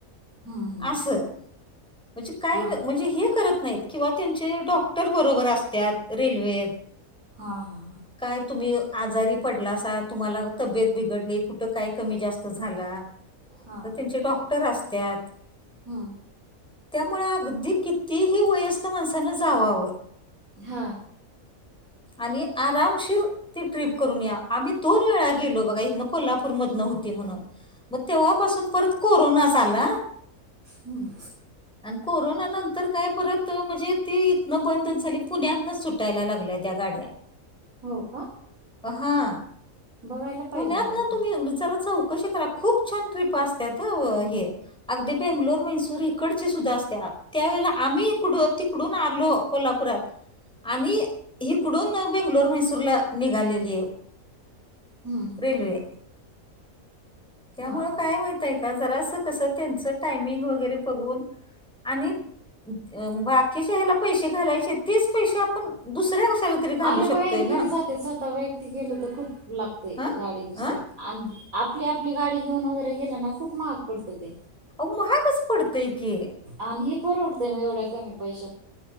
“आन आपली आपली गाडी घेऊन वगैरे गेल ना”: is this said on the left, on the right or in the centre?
Right